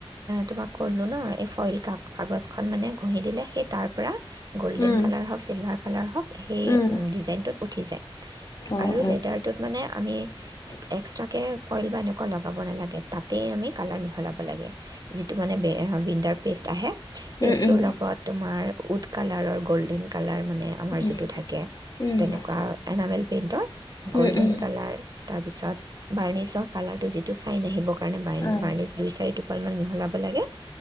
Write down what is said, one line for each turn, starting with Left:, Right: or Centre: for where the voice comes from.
Right: তোমাক ক'লোঁ ন। এই ফইল কাগজখন, মানে, ঘঁহি দিলে, সেই তাৰ পৰা গ'ল্ডেন
Left: উম
Right: কালাৰ হওক, চিলভাৰ কালাৰ হওক সেই
Left: উম
Right: ডিজাইনটোত উঠি যায়
Left: অ
Right: আৰু
Left: অ
Right: লেডাৰটোত মানে আমি
Left: <inaudible>
Right: এক্সট্ৰাকে ফইল বা এনেকুৱা লগাব নালাগে। তাতেই আমি কালাৰ মিহলাব লাগে, যিটো, মানে, বে আ বিণ্ডাৰ পেষ্ট আহে পেষ্টৰ
Left: উম উম
Right: লগত, তোমাৰ উড কালাৰৰ গ'ল্ডেন কালাৰ মানে, আমাৰ
Left: উম
Right: যিটো থাকে,
Left: উম
Right: তেনেকুৱা এনামেল পেইণ্টৰ গ'ল্ডেন
Left: উম উম
Right: কালাৰ, তাৰ পিছত বাৰ্নিছৰ কালাৰটো, যিটো চাইন আহিবৰ কাৰণে, বাৰ
Left: অ
Right: বাৰ্নিছ, দুই-চাৰি টোপালমান মিহলাব লাগে।